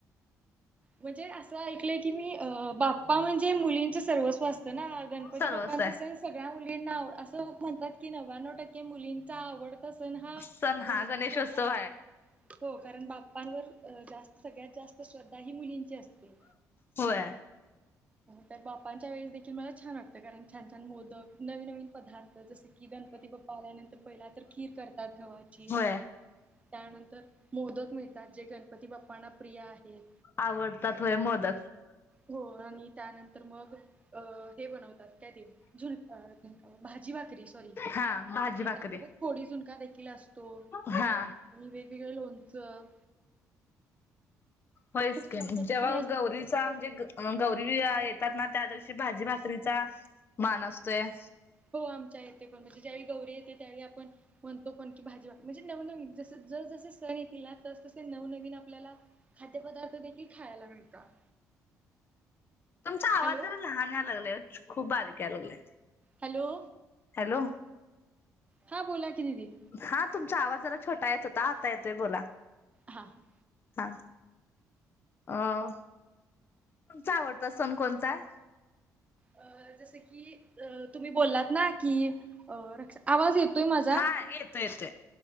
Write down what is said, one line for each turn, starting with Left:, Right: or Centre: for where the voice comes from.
Right: म्हणजे असं ऐकलंय की मी अ बाप्पा म्हणजे मुलींचं सर्वस्व असतं ना. अ गण पती
Left: सर्वच
Right: बाप्पांचं
Left: आहे
Right: सण सगळ्या मुलींना आवड असं म्हणतात की, नव्याण्णव टक्के मुलींचा आवड ता सण हा
Left: सण हा
Right: गणेशोत्सवच
Left: गणेशोत्सव
Right: आहे हो कारण बाप्पांवर जास्त. सगळ्यात जास्त श्रद्धा ही मुलींची असते.
Left: होय.
Right: तर बापांच्या वेळेस देखील मला छान वाटतं. कारण छान छान मोदक, नवीन नवीन पदार्थ जसे की गणपती बाप्पा आल्यानंतर, पहिला तर खीर करतात गव्हाची.
Left: होय
Right: त्यानंतर मोदक मिळतात जे गणपती बाप्पांना प्रिय आहेत.
Left: आवडतात होय मोदक.
Right: हो आणि त्यानंतर मग अ हे बनवतात, काय ते झुल अ तेन. अ भाजी भाकरी. सॉरी
Left: हा भाजी
Right: आणि
Left: भाकरी
Right: त्यासोबत फोडीव झुणका देखील असतो
Left: हा
Right: आणि वेगवेगळं लोण चं.
Left: होयच
Right: खूप छान
Left: की मग.
Right: पद्धतीने
Left: जेव्हा
Right: असं
Left: गौरीचा
Right: कसं
Left: म्हणजे मग गौरी <unintelligible> येतात ना, त्या दिवशी भाजी भााकरीचा मान असतोय.
Right: हो आमच्या इथे पण. म्हणजे ज्याळी गौरी येते, त्यावेळी आपण म्हणतो कोणती भाजी म्हणजे नवनवीन जस जस जस सण येतील ना तस तसे नवनवीन आपल्याला. खाद्यपदार्थ देखील खायला मिळतात.
Left: तुमचा आवाज
Right: हॅलो
Left: जरा लहान यायला लागलाय खूप बारीक यायला लागला.
Right: हॅलो.
Left: हॅलो.
Right: हा बोला की दिदी.
Left: हा तुमचा आवाज जरा छोटा येत होता आता येतोय बोला.
Right: हां हां.
Left: हा. अ तुमचा आवडता सण कोणता?
Right: अ जसं की अ तुम्ही बोललात ना की अ रक्षा आवाज येतोय माझा?
Left: हा येतोय येतोय